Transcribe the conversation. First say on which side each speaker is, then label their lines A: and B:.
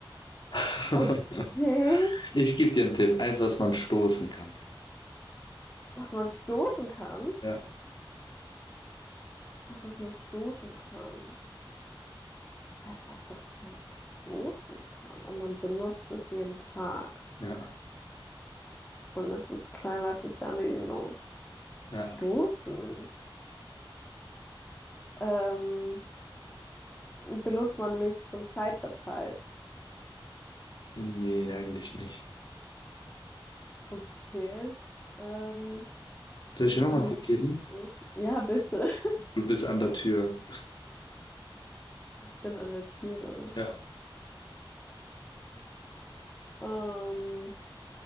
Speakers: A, on the left; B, on the left.
A: <laughs>
B: Okay.
A: Ich gebe dir einen Tipp. Eins, was man stoßen kann.
B: Was man stoßen kann?
A: Ja,
B: Etwas, was man stoßen kann. Etwas, das man stoßen kann. Und man benutzt es jeden Tag.
A: ja,
B: Und es ist kleiner als eine Fernbedienung.
A: ja.
B: Stoßen. Ähm, benutzt man mich zum Zeitvertreib?
A: Nee, eigentlich nicht.
B: Okay. Ähm,
A: Soll
B: man
A: ich dir
B: kann
A: nochmal einen Tipp
B: mich
A: geben?
B: stoßen. Ja, bitte. <laughs>
A: Du bist an der Tür.
B: Ich bin an der Türe.
A: Ja.
B: Ähm,